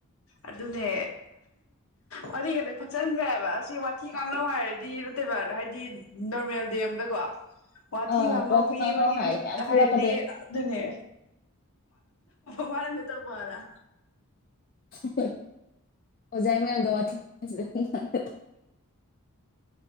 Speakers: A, on the left; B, on the left.
A: ꯑꯗꯨꯅꯦ ꯋꯥꯔꯤ ꯈꯗ ꯐꯛꯆꯟꯈ꯭ꯔꯦꯕ ꯑꯁꯤ ꯋꯥꯊꯤ ꯉꯥꯡꯅꯧ ꯍꯥꯏꯔꯗꯤ ꯅꯠꯇꯦꯕ ꯍꯥꯏꯗꯤ ꯅꯣꯔꯃꯦꯜ ꯗꯦ ꯑꯝꯗꯀꯣ ꯋꯥꯊꯤ
B: ꯑꯪ
A: ꯉꯥꯡꯅꯧꯕꯤꯕꯒꯤ
B: ꯋꯥꯊꯤ ꯉꯥꯡꯅꯧ ꯍꯥꯏꯔꯗꯤ ꯃꯌꯥꯝ ꯊꯣꯛꯂꯛꯀꯗꯣꯏꯅꯤ
A: ꯍꯥꯏꯔꯗꯤ ꯑꯗꯨꯅꯦ ꯐꯔ ꯅ ꯇꯕꯨꯔ
B: ꯍ ꯍꯣꯏ ꯑꯣꯖꯥꯏ ꯃꯗ ꯊ <unintelligible>